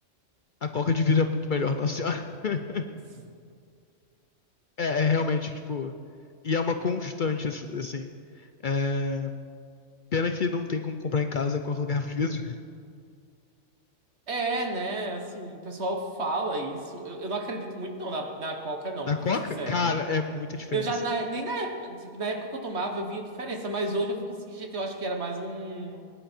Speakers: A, on the left (about 50°); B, on the right (about 60°).
A: A coca de vidro é muito melhor, nossa senhora. <laughs>
B: <laughs>
A: É, é realmente, tipo. E é uma constante, ass- assim. É, Pena que não tem como comprar em casa coca da garrafa de vidro.
B: É, né? Assim, o pessoal fala isso. Eu, eu não acredito muito não na, na Coca, não,
A: Na
B: pra
A: coca,
B: ser sincero.
A: cara, é muita diferença.
B: Eu já, na- nem na época, tipo, na época que eu tomava, eu via diferença, mas hoje eu fico assim, gente, eu acho que era mais um